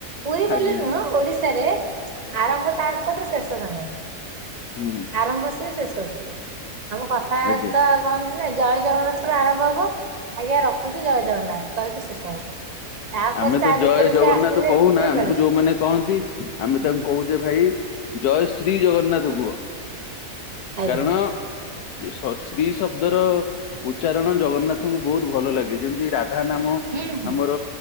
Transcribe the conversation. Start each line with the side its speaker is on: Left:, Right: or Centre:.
Right: ପୁରୀ ବୋଲି
Left: ଆଜ୍ଞା
Right: ନୁହଁ
Left: ଆଜ୍ଞା
Right: ଓଡିଶାରେ ଆରମ୍ଭ ତାଙ୍କଠୁ ଶେଷ ତାଙ୍କଠୁ।
Left: ହୁଁ,
Right: ଆରମ୍ଭ ସିଏ ଶେଷ ସିଏ। ଆମ କଥା ବାର୍ତା
Left: ଆଜ୍ଞା
Right: ବନ୍ଦ। <unintelligible> ଜୟ ଜଗନ୍ନାଥ ରୁ ଆରମ୍ଭ ହବ। ଆଜ୍ଞା! ରଖୁଚି ଜୟ ଜଗନ୍ନାଥ କହିକି ଶେଷ ହବ। ତାପରେ
Left: ଆମେ
Right: ତା
Left: ତ ଜୟ
Right: ଭିତରେ
Left: ଜଗନ୍ନାଥ
Right: ସେ ଆସିବେ
Left: କହୁନା।
Right: ଯିବେ
Left: ଆମକୁ
Right: ଗଲେ
Left: ଯୋଉମାନେ
Right: ସେ
Left: କହନ୍ତି ଆମେ ତାଙ୍କୁ କହୁଯେ ଭାଇ ଜୟ ଶ୍ରୀ ଜଗନ୍ନାଥ କୁହ।
Right: ଆଜ୍ଞା
Left: କାରଣ ଯୋଉ ଶ ଶ୍ରୀ ଶବ୍ଦର ଉଚ୍ଚାରଣ ଜଗନ୍ନାଥଙ୍କୁ ବହୁତ ଭଲ ଲାଗେ। ଯେମିତି ରାଧା ନାମ
Right: ହୁଁ ହୁଁ।
Left: ଆମର